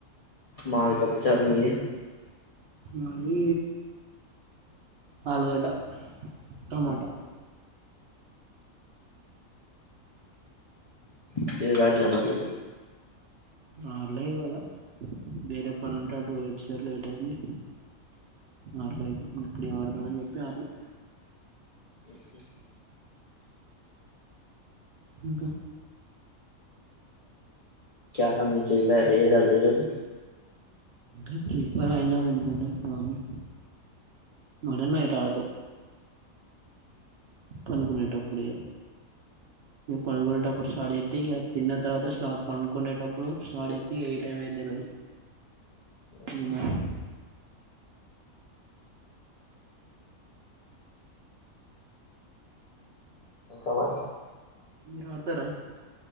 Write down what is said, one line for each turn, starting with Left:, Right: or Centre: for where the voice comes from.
Left: మాది పప్పుచారు మీది
Right: మాది ఆలుగడ్డ టమాటా
Left: క్రికెట్ ఆడాల మరి
Right: ఆడాలే ఇవాళ వేరే పని ఉంటే అటు పోయి వచ్చేసరికి లేట్ అయింది ఆడలే ఏం ఆడత అని చెప్పి ఆడలే
Left: ఇ
Right: ఇంకా
Left: కేమమీ ఫ్రీ ఫైర్ లేదండి ఈరోజు
Right: ఈ ప్రిఫర్ అయినాం అనుకోనే పోనీ ముడునయ్ రాదు పనుగునేటప్పుడే ఇ పనుకునేటప్పుడు స్టార్ట్ చెత్తే ఇగ తిన్న తర్వాత స్టాప్ పనుకునేటప్పుడు స్టార్ట్ చెత్తే ఏ టైం ఎద్ తెల్వదు
Left: ఓకే
Right: ఇగ మరి
Left: ఇంకా మరి
Right: మీరు అడతార